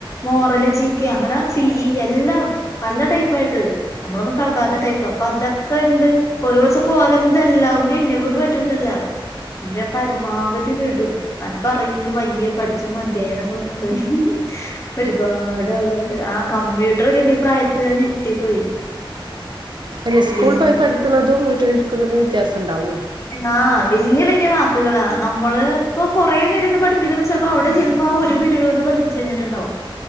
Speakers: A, on the left; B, on the right.
A: മോറല് ജി കെ അങ്ങനെ സി ഈ എല്ലാം പല ടൈപ്പായിട്ട് നമ്മളൊന്നും കേൾക്കാത്ത ടൈപ്പ പ്പൊഅതൊക്കെണ്ട് പ്പൊരുസം പോവാതിര് ന്തല്ലാകൂടി ന്നെക്കൊണ്ട് പറ്റൂലല്ലാ <unintelligible> പരമാവധി വിടും അട് പറയുൻക് വയ്യ പഠിച്ച്മധ്യായി ന്നൊക്കെ വന്ന്പറ പചര്പാട്ള്ളത് ആഹ് കമ്പ്യൂട്ടർണ്ട് ഈ പ്രായത്തില് ഞാ ഞെട്ടിപ്പോയി
B: പന്നെ സ്കൂൾപോയ്
A: വല്യ
B: പഠിക്ക്ണതും വീട്ടിലിര്ക്ക്ണതു വ്യത്യാസണ്ടാവോയ്
A: ആഹ് വല്യ വല്യ വാക്ക്കളാ നമ്മള്പ്പോ കൊറേനേരര്ന്ന് പഠിപ്പിക്കണംച്ച പ്പഅവ്ടെ ചെല്ലുമ്പോ ആഒരു പിരടോണ്ട് പഠപ്പിച്ചയ്ഞ്ട്ട്ണ്ടാവും